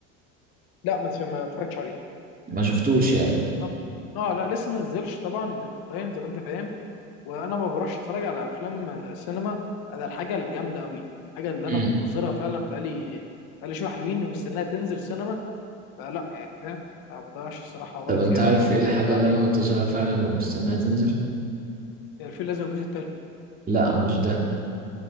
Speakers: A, on the left; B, on the right.
A: لا ما تف- ما اتفرجتش عليه
B: ما شفتوش يعني
A: طب اه لا لسه ما نزلش طبعا اونلاين زي ما انت فاهم وانا ما بروحش اتفرج على افلام آه، سينما على الحاجه الجامده قوي الحاجه اللي انا
B: امم
A: منتظرها فعلا بقالي بقالي شويه حلوين ومستناها تنزل سينما فلا يعني فاهم ما بضيعش الصراحه وقتي
B: طب انت
A: على
B: عارف ايه
A: حاجات
B: الحاجة
A: عاديه
B: اللي انا منتظرها فعلا ومستناها تنزل
A: الفيل الازرق الجزء التالت
B: لا مش ده